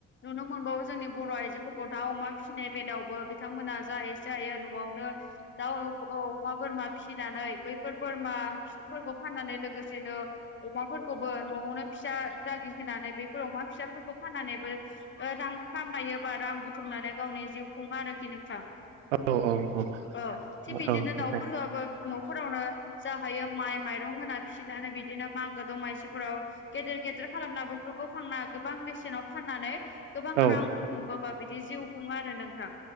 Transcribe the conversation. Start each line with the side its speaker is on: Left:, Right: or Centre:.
Left: नुनो मोनबावो जोंनि बर' आइजोफोरखौ दाउ अमा फिसिनाय बेलायावबो बिथांमोना जा इसे हायो न'आवनो दाउ अमा बोरमा फिसिनानै बैफोर बोरमाफोरखौ फाननानै लोगोसेनो अमाफोरखौबो न'आवनो फिसा जागि होनानै बेफोर अमा फिसाफोरखौ फाननानैबो रां खामायोबा रां बुथुमनानै गावनि जिउ खुङो आरोखि नोंथां
Right: औ औ औ
Left: औ
Right: दे
Left: थिग बिदिनो दाउफोरबाबो न'फोरावनो जा हायो माइ माइरं होना फिसिनानै बिदिनो मागो दमासिफोराव गेदेर गेदेर खालामना फोरखौ फानना गोबां बेसेनाव फाननानै गोबां
Right: औ
Left: रां सुंबोबा बिदि जिउ खुङो आरो नोंथां